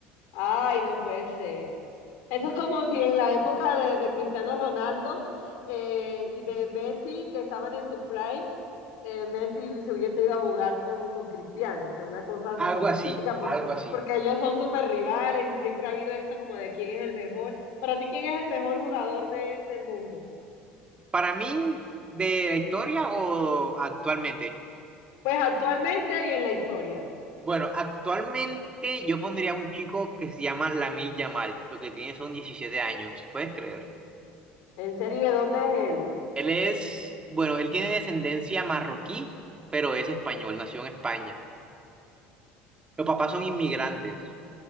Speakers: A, on the left; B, on the right.
A: Ay, no puede ser. Eso es como si en la época de, de Cristiano Ronaldo eh, y de Messi, que estaban en su prime, eh, Messi se hubiese ido a jugar con, con Cristiano, o sea, una cosa
B: Algo
A: súper hipotética,
B: así,
A: por-
B: algo así.
A: porque ellos son súper rivales y siempre ha habido esto como de quién es el mejor. Para ti, ¿quién es el mejor jugador de- del mundo?
B: Para mí, de la historia o actualmente.
A: Pues actualmente y en la historia.
B: Bueno, actualmente yo pondría a un chico que se llama Lamine Yamal. Lo que tiene son 17 años, ¿puedes creer?
A: ¿En serio? ¿Y de dónde es él?
B: Él es, bueno, él tiene descendencia marroquí, pero es español, nació en España. Los papás son inmigrantes.